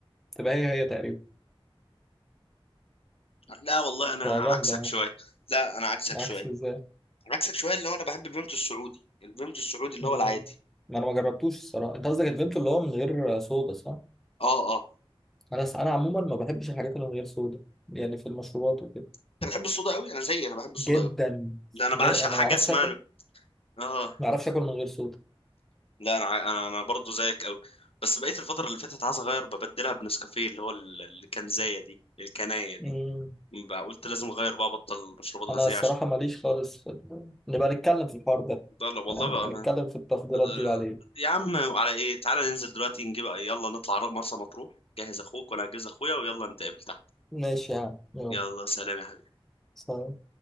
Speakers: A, in the centre; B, on the left.
A: تبقى هي هي تقريبا
B: لا والله انا
A: فجامده
B: عكسك
A: يعني.
B: شويه لا انا عكسك
A: عكس
B: شويه
A: ازاي
B: عكسك شويه اللي هو انا بحب الفيمتو السعودي الفيمتو السعودي اللي
A: مم.
B: هو العادي
A: ما انا ما جربتوش الصراحه انت قصدك الفيمتو اللي هو من غير صودا صح
B: اه اه
A: انا انا عموما ما بحبش الحاجات اللي من غير صودا يعني في المشروبات وكده
B: انت بتحب الصودا قوي انا زيي انا بحب الصودا
A: جدا
B: قوي ده انا
A: ج...
B: بعشق
A: انا
B: حاجه
A: ما اعرفش
B: اسمها
A: اكل
B: اه
A: ما اعرفش اكل من غير صودا
B: لا انا ع- انا انا برضه زيك قوي بس بقيت الفتره اللي فاتت عايز اغير ببدلها بنسكافيه اللي هو ال- الكنزايه دي الكنايه دي
A: مم.
B: بقى قلت لازم اغير بقى ابطل مشروبات
A: انا
B: غازيه
A: الصراحه
B: عشان
A: ماليش خالص في ال... نبقى نتكلم في الحوار ده
B: ده لا والله
A: يعني
B: بقى
A: نبقى نتكلم
B: ما...
A: في التفضيلات
B: ده-
A: دي بعدين
B: يا عم على ايه تعالى ننزل دلوقتي نجيب يلا نطلع مرسى مطروح جهز اخوك وانا هجهز اخويا ويلا نتقابل تحت
A: ماشي يا عم يلا
B: يلا سلام يا حبيبي
A: سلام.